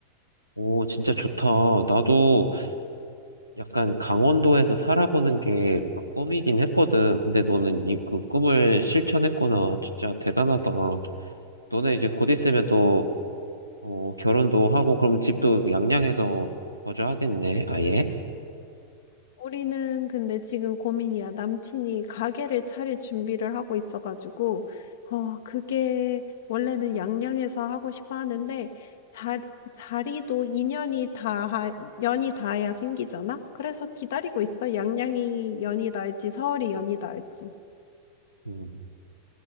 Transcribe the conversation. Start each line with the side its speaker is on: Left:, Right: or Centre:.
Right: 오, 진짜 좋다. 나도 약간 강원도에서 살아보는 게막 꿈이긴 했거든. 근데 너는 이, 그 꿈을 실천했구나. 진짜 대단하다. 너네 이제 곧 있으면 또 어, 결혼도 하고 그럼 집도 양양에서 거주하겠네. 아예.
Left: 우리는 근데 지금 고민이야. 남친이 가게를 차릴 준비를 하고 있어 가지고 어 그게 원래는 양양에서 하고 싶어 하는데 자, 자리도 인연이 닿아 연이 닿아야 생기잖아. 그래서 기다리고 있어. 양양이 연이 닿을지 서울이 연이 닿을지.
Right: 음.